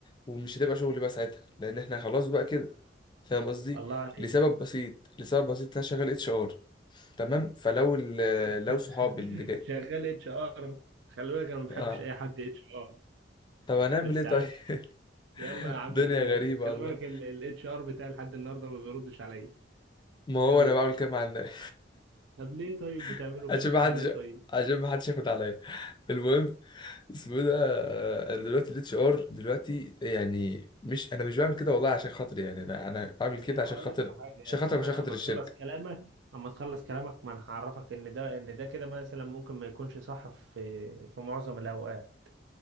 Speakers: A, on the left; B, on the right.
A: ومش هتبقى شغل بقى ساعتها لان احنا خلاص بقى كده فاهم قصدي
B: الله عليك
A: لسبب بسيط لسبب بسيط انا شغال اتش ار تمام فلو ال-
B: <laughs>
A: لو صحابي اللي جاي
B: شغال اتش ار خلي بالك انا ما بحبش
A: اه
B: اي حد اتش ار
A: طب هنعمل
B: بس
A: ايه
B: عادي
A: طيب <laughs>
B: يلا يا عم
A: دنيا
B: قول
A: غريبة
B: خلي
A: والله
B: بالك الاتش ار بتاعي لحد النهارده ما بيردش عليا
A: ما هو
B: يلا
A: انا بعمل كده مع الناس
B: طب ليه طيب بتعملوا
A: <laughs> عشان
B: فينا كده
A: ما حدش
B: ليه طيب
A: عشان ما حدش ياخد عليا المهم اسمه إيه ده آه، انا دلوقتي الاتش ار دلوقتي يعني مش انا مش بعمل كده والله عشان خاطري يعني انا انا بعمل
B: بس
A: كده
B: انا
A: عشان
B: هقول
A: خاطر
B: لك على حاجه يعني
A: عشان خاطر
B: لما
A: عشان خاطر
B: اما
A: الشركة
B: تخلص كلامك اما تخلص كلامك ما انا هعرفك ان ده ان ده كده مثلا ممكن ما يكونش صح في في معظم الاوقات